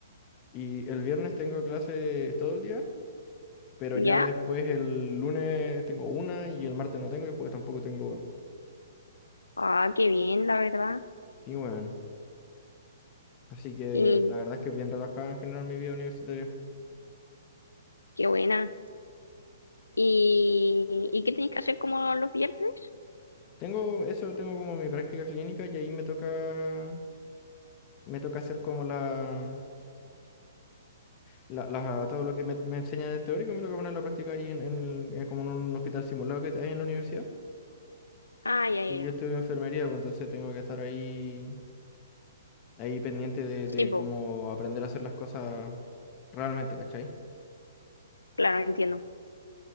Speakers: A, on the left; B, on the left.
A: Y el viernes tengo clases todo el día, pero
B: ya.
A: ya después el lunes tengo una y el martes no tengo y el jueves tampoco tengo. weón.
B: Ah, qué bien, la verdad.
A: Sí, weón. Así que
B: Y
A: la verdad es que es bien relajada en general mi vida universitaria.
B: qué buena. ¿Y, ¿y qué tenéis que hacer como los viernes?
A: Tengo eso, tengo como mi práctica clínica y ahí me toca, me toca hacer como la la- la- todo lo que me, me enseñan en el teórico me toca poner en la práctica ahí en, en el- eh, como en un hospital simulado que hay en la universidad.
B: Ah, ya, ya,
A: Porque
B: ya.
A: yo estudio enfermería, pues entonces tengo que estar ahí, ahí pendiente de, de
B: Sí, pues,
A: cómo aprender a hacer las cosas realmente, ¿cachai?
B: claro, entiendo.